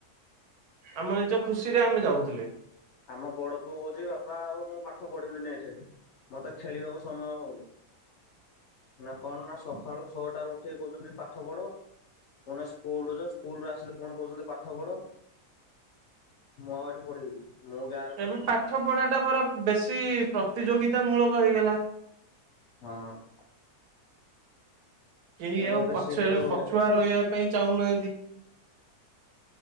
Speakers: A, on the right; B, on the left.
A: ଆମ ନିଜ ଖୁସିରେ ଆମେ ଯାଉଥୁଲେ।
B: ଆମ ବଡ ପୁଅ କୋହୁଚି ବାପା ଆଉ ମୁଁ ପାଠ ପଢିବିନି ଏଠି ମତେ ଖେଳିବାକୁ ସମୟ ହୋଉନି। ନା କଣ ନା ସକାଳୁ ଛଅଟାରୁ ଉଠିକି କୋହୁଚନ୍ତି ପାଠପଢ। ପୁଉଣି ସ୍କୁଲୁ ସ୍କୁଲରୁ ଆସିଲେ ପୁଣି କୋହୁଚନ୍ତି ପାଠପଢ। ମୁଁ ଆଉ ଏଠି ପଢ଼ିବିନି ମୋ ଗାଁ
A: ଏବେ ପାଠପଢାଟା ପରା ବେଶୀ ପ୍ରତିଯୋଗିତା ମୂଳକ ହେଇଗଲା।
B: ହଁ।
A: କେହି
B: ତେଣୁକରି
A: ଆଉ ପଛରେ
B: ସେ ଯୋଉ
A: ପଛୁଆ ରହିବା ପାଇଁ ଚାହୁଁନାହାନ୍ତି।